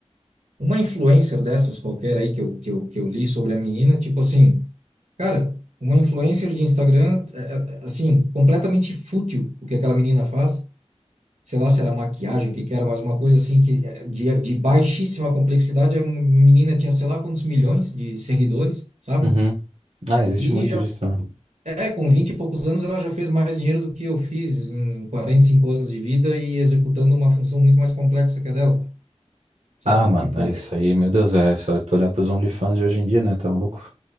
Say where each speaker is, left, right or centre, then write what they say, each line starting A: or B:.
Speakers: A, on the right; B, on the right.
A: uma influencer dessas qualquer aí que eu, que eu, que eu li sobre a menina, tipo assim, cara, uma influencer de Instagram, é, é, assim, completamente fútil o que aquela menina faz. Sei lá se era maquiagem, o que que era, mas uma coisa assim que é, de, de baixíssima complexidade. A menina tinha sei lá quantos milhões de seguidores, sabe?
B: Uhum. Ah, existe
A: E
B: muito
A: já
B: disso também.
A: é, com 20 e poucos anos ela já fez mais dinheiro do que eu fiz em 45 anos de vida e executando uma função muito mais complexa que a dela, sabe?
B: Ah, mano,
A: Tipo,
B: é isso aí, meu Deus, é só tu olhar pros OnlyFans de hoje em dia, né? Tá louco?